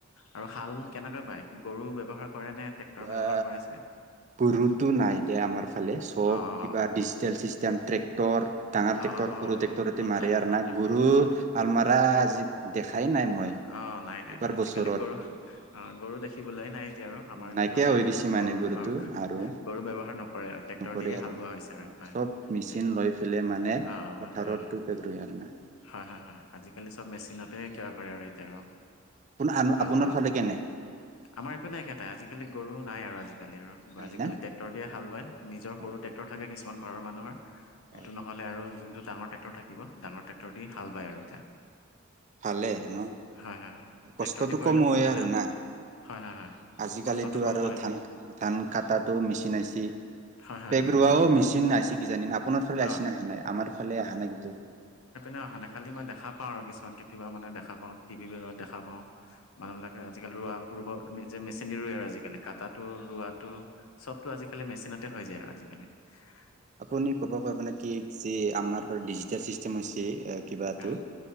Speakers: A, on the left; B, on the right.
A: আৰু শাল কেনেকৈ বাই গৰু ব্যৱহাৰ কৰে নে ট্ৰেক্টৰ ব্যৱহাৰ
B: এ
A: কৰে চাগে
B: গৰুতো নাই। এতিয়া আমাৰ ফালে চব
A: অ অ
B: কিবা ডিজিটেল চিষ্টেম ট্ৰেক্টৰ ডাঙৰ
A: অ
B: ট্ৰেক্টৰ
A: অ অ
B: সৰু ট্ৰেক্টৰ
A: অ
B: মাৰি
A: তাৰ
B: আৰু
A: হ'ল
B: না
A: ট্ৰেক্টৰ
B: গুৰু
A: অ
B: আল মাৰা আজি দেখাই নাই মই
A: অঁ, নাই নাই
B: এইবাৰ
A: নাই আজিকালি
B: বছৰত
A: গৰু অ গৰু দেখিবলৈ নাই এতিয়া আৰু আমাৰ
B: নাইকিয়া
A: ইপিনেও নাই
B: হৈ
A: আৰু
B: গৈছে
A: ব
B: মানে
A: গৰু
B: গৰুটো
A: অঁ
B: আৰু
A: গৰু ব্যৱহাৰ নকৰে আৰু ট্ৰেক্টৰ
B: নকৰে
A: দিয়ে
B: আৰু
A: হাল বোৱা হৈছে আৰু
B: অ
A: হয়।
B: চব মেচিন
A: এক
B: লৈ ফেলে মানে
A: অ
B: পথাৰত
A: অ
B: টোগ <unintelligible> আৰু না।
A: হয় হয় হয় আজিকালি চব মেচিনতে কায়েৰ কৰে আৰু এতিয়া আৰু।
B: আপোন
A: হাল
B: আপোনাৰ
A: বোৱা
B: ফালে কেনে
A: আমাৰ এইটো নাই একেটাই আজিকালি গৰু নাই আৰু আজি কালি আৰ গ
B: নাই
A: আজিকালি
B: না
A: টেক্টৰ দিয়ে হাল বায় নিৰ
B: হয়
A: সৰু
B: হয়
A: টেক্টৰ থাকে কিছু ঘৰৰ মানুহৰ।
B: হয়
A: এইটো নহলে আৰু যোনটো ডাঙৰ ট্ৰেক্টৰ থাকিব ডাঙৰ ট্ৰেক্টৰ দি হাল বায় আৰু এতিয়া।
B: ভালে ন
A: হয় হয় হয় ট্ৰেক্টৰ
B: কষ্টটো
A: দি কৰিলে
B: কম
A: সোনকালে
B: আৰ না।
A: হয় হয় হয়
B: আজিকালিতো
A: কষ্টটো কম
B: আৰু
A: হয়
B: ধান ধান কটাটো মেচিনা আইছি।
A: হয় হয়
B: পেগ
A: হয়
B: ৰোৱাও
A: আজি
B: মেচিন আইছি কিজানি আপোনাৰ ফালে আইছি
A: অ
B: নাহে নাই আমাৰ ফালে অহা নাই কিন্তু।
A: না অহা নাই খালি মই দেখা পাওঁ আৰু কিছুমান কেতিয়াবা মানে দেখা পাওঁ টিভি বিলাকত দেখা পাওঁ। মানুহবিলাকে আজিকালি ৰোৱাও ৰুব নিজে মেচিন ৰুই আৰু আজিকালি কাটাটো ৰোৱাটো সবটো আজিকালি মেচিনতে হৈ যায় আৰু আজিকালি।
B: আপুনি
A: অ
B: ক'ব পাৰব নে কি যে আমাৰ পৰা ডিজিটেল চিষ্টেম হৈছে কিবাতো
A: অ